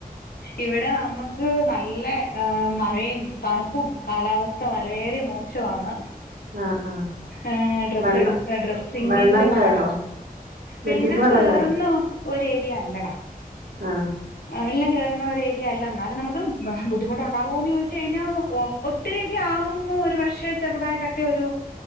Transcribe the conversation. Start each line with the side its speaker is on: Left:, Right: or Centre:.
Left: ഇവിടെ നമ്മ ക്ക് നല്ല ഹ് മഴയും തണുപ്പും കാലാവസ്ഥ വളരെ മോശവാണ്.
Right: ആഹ് ആഹ്
Left: ഏ ഡ്രസ്സ്
Right: വെള്ളം
Left: എടു ഡ്രസ്സിങ്ങിന്റെ
Right: വെള്ളം
Left: പാട
Right: കേറോ
Left: വെള്ളം
Right: വീട്ടിൽക്ക്
Left: കേറുന്നു
Right: കേറോ
Left: ഒരു ഏരിയ അല്ലടാ
Right: ആഹ്
Left: ഏ വെള്ളം കേറുന്ന ഒരു ഏരിയല്ല ഇന്നാലും നമുക്ക് ബു ബുദ്ധിമുട്ടുണ്ടാവോന്ന് ചോയ്ച്ച് കഴിഞ്ഞാൽ ഓ ഒ ത്തിരിയൊക്കെ ആവുന്നു ഒരു പക്ഷേ ചെറുതായിട്ടൊക്കെ ഒരു